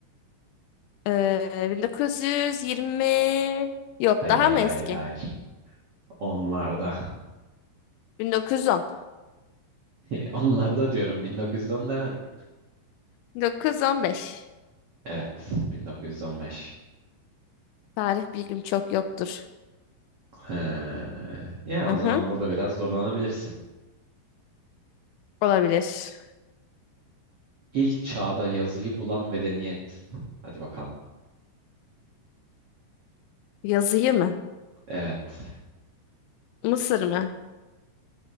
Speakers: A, on the left; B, on the right.
A: Ee, 1920 yok
B: Hayır
A: daha mı
B: hayır
A: eski?
B: hayır. Onlarda.
A: 1910.
B: <laughs> Onlarda diyorum 1910 demedim.
A: 1915. <laughs>
B: Evet, 1915.
A: Tarih bilgim çok yoktur.
B: He. Ya
A: Hı-hı.
B: o zaman burada biraz zorlanabilirsin.
A: Olabilir.
B: İlk çağda yazıyı bulan medeniyet. Hadi bakalım.
A: Yazıyı mı?
B: Evet.
A: Mısır mı?